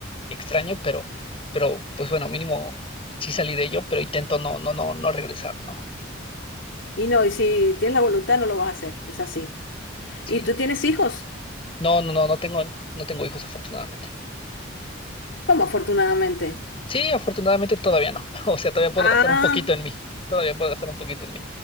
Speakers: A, on the left; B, on the left.
A: extraño, pero, pero pues bueno, mínimo sí salí de ello, pero intento no, no, no, no regresar, ¿no?
B: Y no, y si tienes la voluntad no lo vas a hacer, es así.
A: Sí.
B: ¿Y tú tienes hijos?
A: No, no, no, no tengo, no tengo hijos, afortunadamente.
B: ¿Cómo afortunadamente?
A: Sí, afortunadamente todavía no. <laughs> O sea, todavía puedo
B: Ah,
A: gastar un poquito en mí. Todavía puedo gastar un poquito en mí.